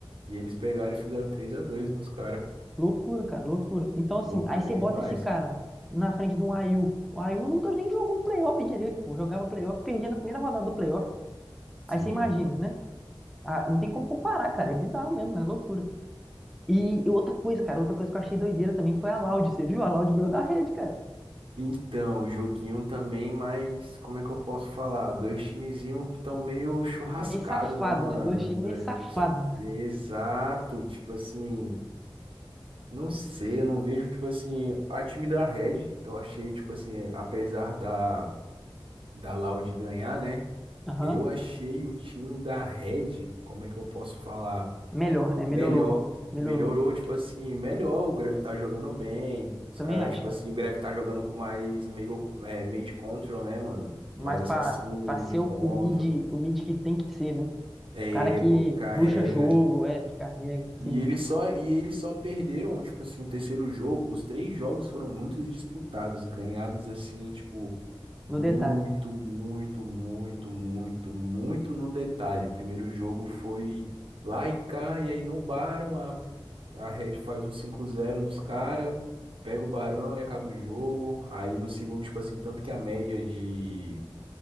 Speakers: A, on the right; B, in the centre.
A: e eles pegaram e fizeram 3 a 2 nos caras.
B: Loucura, cara, loucura. Então, assim,
A: Loucura
B: aí você
A: demais.
B: bota esse cara na frente de um Ayu. O Ayu nunca nem jogou um playoff direito, pô. Jogava playoff, perdia na primeira rodada do playoff. Aí
A: Sim.
B: você imagina, né? Ah, não tem como comparar, cara. É bizarro mesmo, é loucura. E outra coisa, cara, outra coisa que eu achei doideira também foi a Loud. Você viu? A Loud ganhou da red cara.
A: Então, joguinho também, mas como é que eu posso falar? Dois timezinhos que estão meio churrascado,
B: Meio safado,
A: né, mano?
B: né? Dois times
A: Do-
B: meio safado.
A: Exato, tipo assim, não sei, eu não vejo, tipo assim, a time da Red, eu achei, tipo assim, apesar da, da Loud ganhar, né?
B: Aham.
A: Eu achei o time da Red, como é que eu posso falar?
B: Melhor, né? Melhorou.
A: Melhor. Melhorou,
B: Melhorou.
A: tipo assim, melhor. O Greve tá jogando bem. Os
B: Também
A: caras,
B: acho,
A: tipo
B: cara.
A: assim, o Greve tá jogando com mais meio, é, meio de control, né, mano?
B: Mas
A: Mais
B: pra,
A: assassino,
B: pra
A: meio
B: ser
A: de control.
B: o, o mid, o mid que tem que ser, né? O
A: É,
B: cara que
A: pô, que carrega.
B: puxa jogo, é, que carrega,
A: E
B: sim.
A: eles só, e eles só perderam, tipo assim, o terceiro jogo. Os três jogos foram muito disputados, ganhados assim, tipo, muito,
B: No detalhe.
A: muito, muito, muito, muito no detalhe. O primeiro jogo foi lá e cá, e aí no Barão a, a Red faz um cinco zero nos caras, pega o Barão e acaba o jogo. Aí no segundo, tipo assim, tanto que a média de,